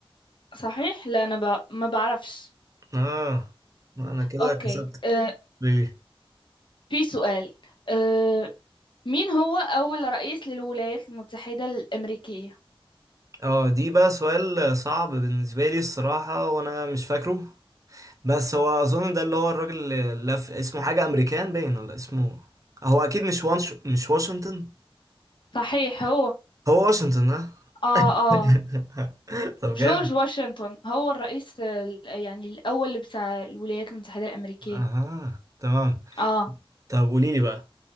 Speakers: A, on the left; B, on the right.
A: صحيح لا أنا ب... ما بعرفش
B: اه انا كده
A: أوكي
B: كسبت
A: أه
B: ليه
A: في سؤال آه، مين هو أول رئيس للولايات المتحدة الأمريكية؟
B: اه دي بقى سؤال صعب بالنسبه لي الصراحه وانا مش فاكره بس هو اظن ده اللي هو الراجل اللي لف اسمه حاجه امريكان باين ولا اسمه هو اكيد مش وانش... مش واشنطن
A: صحيح هو
B: هو واشنطن
A: آه
B: اه
A: آه
B: <laughs> طب
A: جورج
B: جامد
A: واشنطن هو الرئيس ال- يعني الأول اللي بتاع الولايات المتحدة الأمريكية
B: اها تمام
A: آه
B: طب قولي لي بقى